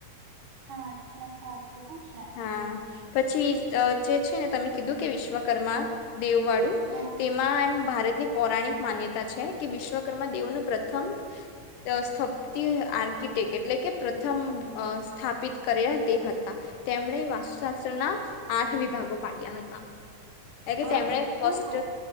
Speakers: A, on the right; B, on the left.
A: અચ્ા સ કેવું છે.
B: હા પછી જે છે ને તમે કીધું કે વિશ્વકર્મા. દેવવાડું
A: હા
B: તેમાં એમ ભારતની પૌરાણિક. માન્યતા છે કે વિશ્વકર્મા દેવનું પ્રથમ સ્થપતિ આર્કિટેક્ટ એટલે કે પ્રથમ સ્થાપિત કર્યા તે હતા. તેમણે વાસ્તુશાસ્ત્રના આઠ વિભાગો પાડ્યા હતા. એ કે
A: આઠ
B: તેમણે
A: વિભાગો
B: ફસ્ટ